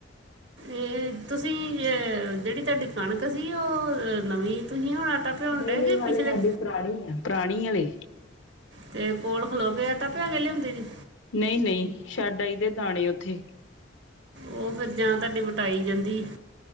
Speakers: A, on the right; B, on the left.
A: ਇਹ ਤੁਸੀਂ ਜਿਹੜੀ ਤੁਹਾਡੀ ਕਣਕ ਸੀ। ਉਹ ਨਵੀਂ ਤੁਸੀਂ ਹੁਣ ਆਟਾ। ਭਿਉਣ
B: ਨਹੀਂ
A: ਡਏ
B: ਨਹੀਂ
A: ਕਿ
B: ਹਾਲੇ
A: ਪਿਛਲੇ
B: ਸਾਡੀ ਪੁਰਾਣੀ ਹੈ। ਪੁਰਾਣੀ ਹਲੇ।
A: ਤੇ ਕੋਲ ਖਲੋ ਕੇ ਆਟਾ ਪਿਆ ਕੇ ਲਿਆਉਂਦੀ ਜੀ।
B: ਨਹੀਂ ਨਹੀਂ ਛੱਡ ਆਈ ਦੇ ਦਾਣੇ ਉੱਥੇ।
A: ਉਹ ਫਿਰ ਜਾਂ ਤੁਹਾਡੀ ਵਟਾਈ ਜਾਂਦੀ ਹੈ।